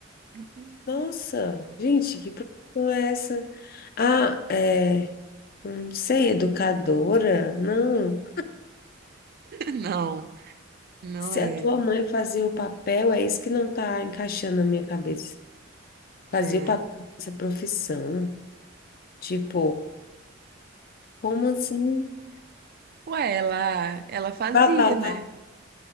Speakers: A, on the right; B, on the left.
A: <laughs>
B: Nossa, gente, que profissão é essa? Ah, é, não sei, educadora? Não.
A: Não, não
B: Se
A: é.
B: a tua mãe fazia o papel, é isso que não tá encaixando na minha cabeça. Fazia
A: É.
B: o papel dessa profissão. Tipo, como assim?
A: Ué, ela, ela fazia,
B: Babá.
A: né?